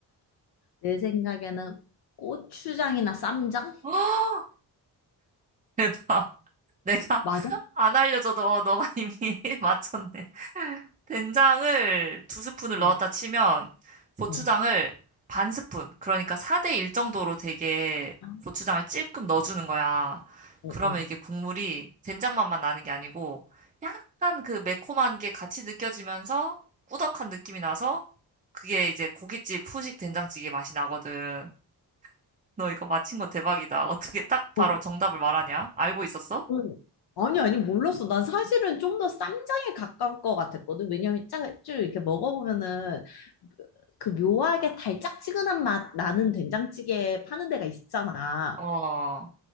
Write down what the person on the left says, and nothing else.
내 생각에는 고추장이나 쌈장?
맞아?
어,
어,
아,
어,
어.
어,
응. 아니, 아니, 몰랐어. 난 사실은 좀 더 쌈장에 가까울 것 같았거든. 왜냐면 짜, 쭉 이렇게 먹어보면은 그 묘하게 달짝지근한 맛 나는 된장찌개 파는 데가 있잖아.